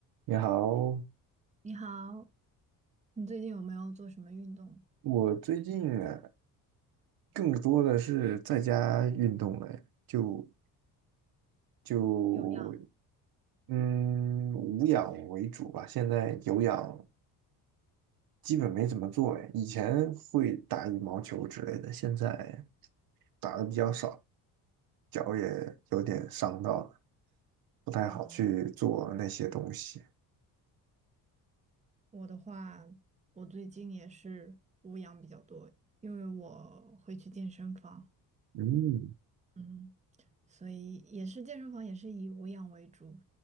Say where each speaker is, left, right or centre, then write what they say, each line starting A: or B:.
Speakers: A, on the right; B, on the right.
A: 你好，
B: 你好，你最近有没有做什么运动？
A: 我最近啊，更多的是在家运动了，就就
B: 有氧
A: 嗯，无氧为主吧。现在有氧基本没怎么做哎，以前会打羽毛球之类的，现在打的比较少，脚也有点伤到了，不太好去做那些东西。
B: 啊，我的话，我最近也是无氧比较多，因为我会去健身房，
A: 嗯，
B: 嗯，所以也是健身房也是以无氧为主，